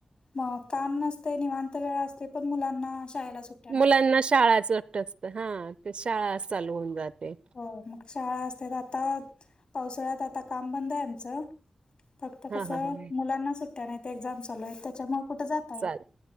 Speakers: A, on the left; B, on the right.
A: मग काम नसते निवांत वेळा असते पण मुलांना शाळेला सुट
B: मुलांना शाळाच <unintelligible> असत हा, ते शाळाच चालू होऊन जाते.
A: होय, मग शाळा असतेत, आता पावसाळ्यात आता काम बंद आहे आमचं. फक्त
B: हां,
A: कसं
B: हां, हां.
A: मुलांना सुट्ट्या नाहीत, एक्झाम चालू आहेत त्याच्यामुळे कुठे जात
B: चाल,